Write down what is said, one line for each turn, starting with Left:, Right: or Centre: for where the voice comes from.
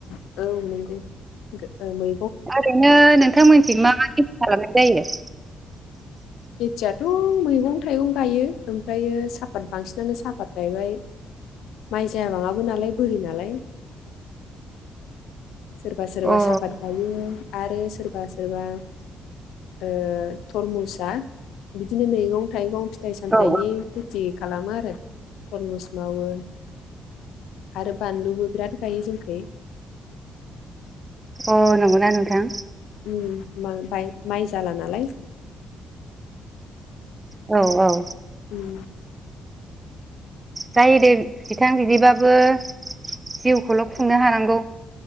Left: औ नंगौ। गो ओ मै
Right: ओरैनो नोंथांमोननिथिं मा मा खेथि खालामनाय जायो?
Left: खेथियाथ' मैगं थाइगं गायो ओमफ्रायो साहापात बांसिनानो साहापात गायबाय। माइ जाबाङाबो नालाय बोरि नालाय। सोरबा सोरबा
Right: अ
Left: साहापात गायो आरो सोरबा सोरबा ओ थरमुसआ बिदिनो मैगं थाइगं फिथाइ सामथाइनि
Right: औ
Left: खेथि खालामो आरो थरमुस मावो आरो बानलुबो बिराद गायो जोंनिखै।
Right: अ नंगौना नोंथां?
Left: उम मा-मा-माइ जाला नालाय।
Right: औ औ।
Left: उम।
Right: जायो दे नोंथां बिदिबाबो जिउखौल' खुंनो हानांगौ।